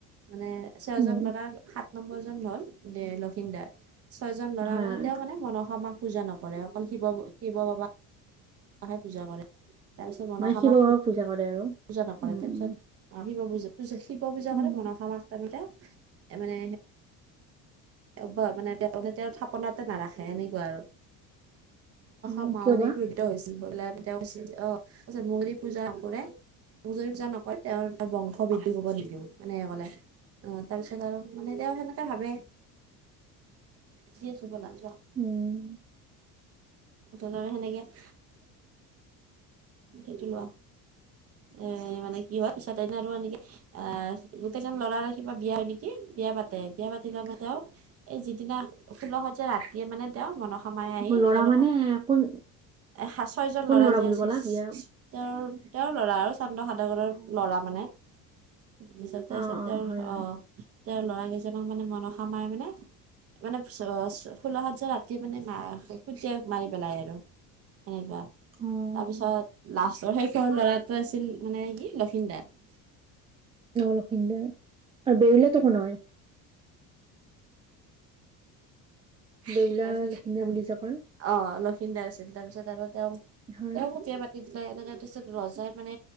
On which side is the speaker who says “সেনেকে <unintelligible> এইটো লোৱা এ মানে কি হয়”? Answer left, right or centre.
Right